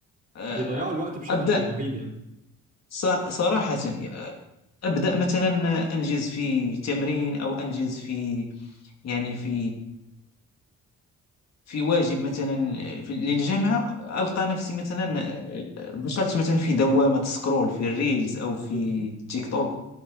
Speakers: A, on the left; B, on the right.
A: أه،
B: بيضيعوا الوقت بشكل
A: أبدأ
B: رهيب يعني
A: ص- صراحة يعني أبدأ مثلا أنجز في تمرين أو أنجز في يعني في في واجب مثلا في للجامعة ألقى نفسي مثلا دخلت مثلا في دوامة سكرول في الريلز أو في
B: بالظبط
A: تيك توك